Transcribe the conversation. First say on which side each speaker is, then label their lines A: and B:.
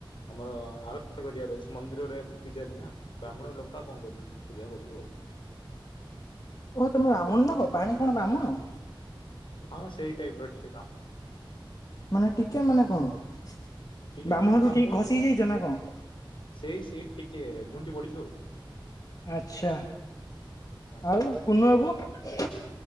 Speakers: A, on the left; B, on the left.
A: ଆମର ଆରୋଗ୍ୟ କରିବାର ଅଛି ମନ୍ଦିରରେ ପୂଜାରୀ ନା ବ୍ରାହ୍ମଣ ଲୋକ ଆଉ କଣ କରିବି? ପୂଜା କରିବୁ ଆଉ
B: ଓହୋ ତମେ ବାମୁଣ ନୋକ କଣ ପାଣି କଣ ବାମୁଣ।
A: ହଁ ସେଇ ଟାଇପ୍ ର ଟିକେ। <unintelligible>
B: ମାନେ ଟିକେ ମାନେ କଣ?
A: ଟିକେ
B: ବ୍ରାହ୍ମଣଠୁ
A: ମାନେ ବ୍ରାହ୍ମଣ
B: ଟିକେ ଘଷି ହେଇ ଯାଇଚ ନା କଣ?
A: ସେଇ ସେଇ ଟିକେ ଝୁଣ୍ଟି ପଡିଚୁ ଆଉ।
B: ଆଚ୍ଛା।
A: ହଁ
B: ଆଉ କୁନୁ ବାବୁ?